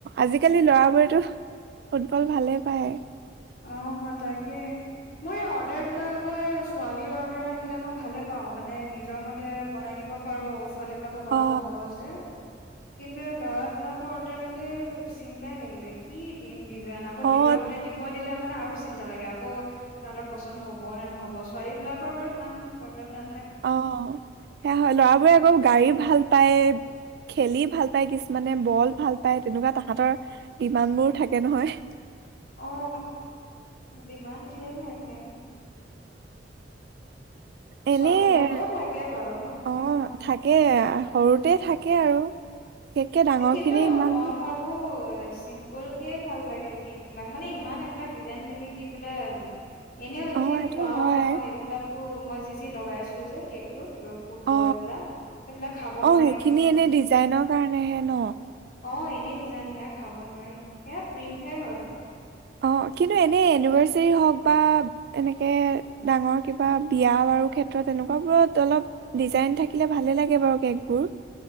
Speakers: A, on the right; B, on the left.
A: আজিকালি
B: সেইটো
A: লৰাবোৰেতো
B: কাৰণে
A: ফুটবল ভালেই পায়।
B: অ তাকে, মোৰ এই অৰ্ডাৰ বিলাক আকৌ এই ছোৱালীৰ অৰ্ডাৰ আহিলে মই ভালে পাওঁ, মানে নিজৰ মতে বনাই দিব পাৰো। ছোৱালী বিলাকক বনাব
A: অ
B: সহজে। কিন্তু, ল'ৰাবিলাকৰ অৰ্ডাৰ আহিলে চিন্তাই লাগি যায়, কি দিম? ডিজাইন, আকৌ
A: অ
B: নিজৰ মতে দি ব দিলে মানে আৰু চিন্তা লাগে আকৌ তাহতৰ পচন্দ হব নে নহ'ব ছোৱালী বিলাকৰ বাৰু ইমান প্ৰব্লেম না।
A: অ সেয়া হয় লৰাবোৰে আকৌ গাড়ী ভাল ভাল পায় খেলি ভাল পায় কিছুমানে বল ভাল পায় তেনেকুৱা তাহাঁতৰ কিমান বোৰ থাকে নহয়।
B: আহ দিমান ধেৰ থাকে
A: এনেই
B: ছোৱালী বিলাকৰো থাকে বাৰু নাথকা
A: অ
B: নহয় আৰু
A: থাকে
B: এনেকে
A: সৰুতে
B: উম
A: থাকে আৰু বিশেষকে ডাঙৰ
B: কিন্তু
A: খিনি ইমান
B: মই ভাবো চিম্পুল কে ভাল লাগে কেক বিলাক মানে ইমান এইবিলাক ডিজাইন বিলাক দি পেলাই এনেও এইখিনি
A: অ এইটো
B: খোৱাও
A: হয়
B: নহয় এইবিলাক ত মই যি যি লগাইছো যে কেকটোত ত ফুটবল
A: অ
B: এইবিলাক সেইবিলাক খাব
A: অ
B: নোৱাৰি
A: সেইখিনি
B: নহয় এনে
A: ডিজাইনৰ
B: চাই
A: কাৰণেহে ন
B: অ এনেই ডিজাইন সেয়া খাব নোৱাৰি সেয়া প্ৰিন্টহে হয়
A: অঁ কিন্তু এনেই এনিভাৰ্চাৰী হওক বা এনেকে ডাঙৰ কিবা বিয়া বাৰু ক্ষেত্ৰত এনেকুৱাবোৰত অলপ ডিজাইন থাকিলে ভালেই লাগে বাৰু কেকবোৰ